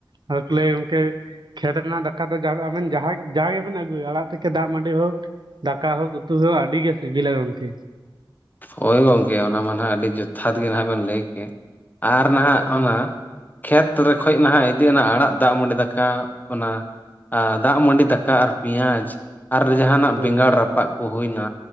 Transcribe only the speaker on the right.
ᱟᱫᱚ ᱠᱚ ᱞᱟᱹᱭ ᱜᱚᱝᱠᱮ ᱠᱷᱮᱛ ᱨᱮᱱᱟᱜ ᱫᱟᱠᱟ ᱫᱚ ᱟᱵᱮᱱ ᱡᱟᱦᱟᱸ ᱜᱮᱵᱮᱱ ᱟᱹᱜᱩᱭᱟ ᱟᱲᱟᱜ ᱛᱮᱠᱮ ᱫᱟᱜ ᱢᱟᱹᱰᱤ ᱦᱳᱠ ᱫᱟᱠᱟ ᱦᱳᱜ ᱩᱛᱩᱦᱳ ᱟᱹᱰᱤ ᱜᱮ ᱥᱤᱵᱤᱞᱟ ᱜᱚᱢᱠᱮ᱾
ᱦᱳᱭ
ᱦᱳᱭ